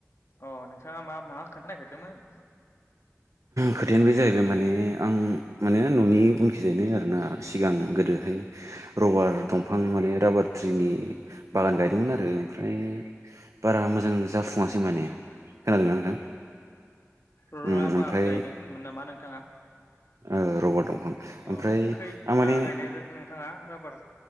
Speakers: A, on the left; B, on the right.
A: अ नोंथाङा मा मा खोन्थानो नागिरदोंमोन।
B: खोथायानो बे जाहैबाय माने आं माने न'नि उनखिजायनाय आरोना सिगां गोदोहाय रबार दंफां माने राबार ट्रिनि बागान गायदोंमोन आरो ओमफ्राय बारा मोजां जाफुङासै माने। खोनादोंना नोंथां?
A: र-राबार
B: उम ओमफ्राय
A: गायदों होनदोंमोन नामा नोंथाङा
B: ओ रबार दंफां
A: अ
B: ओमफ्राय
A: खै बिगा
B: आं माने
A: गायनाय नोंथाङा राबार